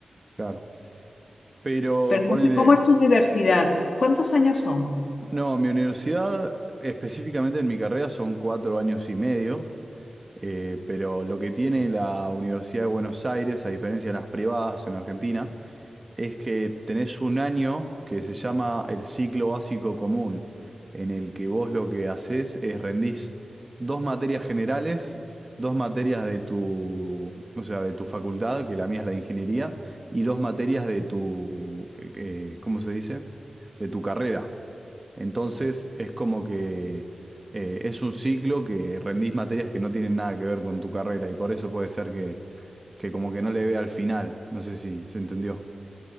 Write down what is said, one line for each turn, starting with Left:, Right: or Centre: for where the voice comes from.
Right: Claro. Pero
Left: Pero no
Right: ponele,
Left: sé cómo es tu universidad. ¿Cuántos años son?
Right: no, mi universidad, específicamente en mi carrera, son cuatro años y medio, eh, pero lo que tiene la Universidad de Buenos Aires, a diferencia de las privadas en Argentina, es que tenés un año que se llama el ciclo básico común, en el que vos lo que haces es rendís dos materias generales, dos materias de tu, o sea, de tu facultad, que la mía es la de ingeniería, y dos materias de tu, eh, eh, ¿cómo se dice? De tu carrera. Entonces es como que eh, es un ciclo que rendís materias que no tienen nada que ver con tu carrera y por eso puede ser que, que como que no le vea al final. No sé si se entendió.